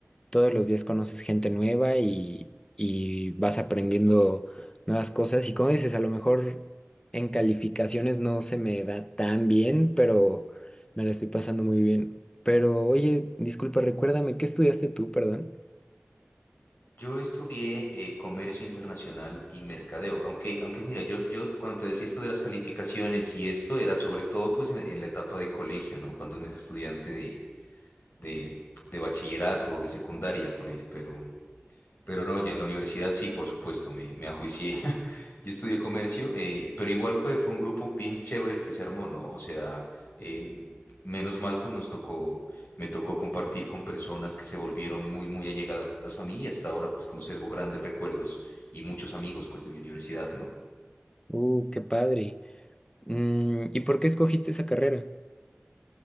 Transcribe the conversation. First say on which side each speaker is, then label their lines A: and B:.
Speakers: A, on the left; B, on the left.
A: todos los días conoces gente nueva y, y vas aprendiendo nuevas cosas. Y como dices, a lo mejor en calificaciones no se me da tan bien, pero me la estoy pasando muy bien. Pero oye, disculpa, recuérdame, ¿qué estudiaste tú, perdón?
B: Yo estudié eh, comercio internacional y mercadeo, aunque, aunque mira, yo, yo cuando te decía esto de las calificaciones y esto era sobre todo pues en, en la etapa de colegio, ¿no? Cuando uno es estudiante de, de bachillerato, de secundaria, ponele, pero, pero no, ya en la universidad sí, por supuesto, me, me ajuicié. <laughs> y estudié comercio, eh, pero igual fue, fue un grupo bien chévere el que se armó, ¿no? O sea, eh, menos mal, pues nos tocó, me tocó compartir con personas que se volvieron muy, muy allegadas a mí y hasta ahora, pues conservo grandes recuerdos y muchos amigos, pues, de mi universidad, ¿no?
A: Uh, qué padre. Mm, ¿y por qué escogiste esa carrera?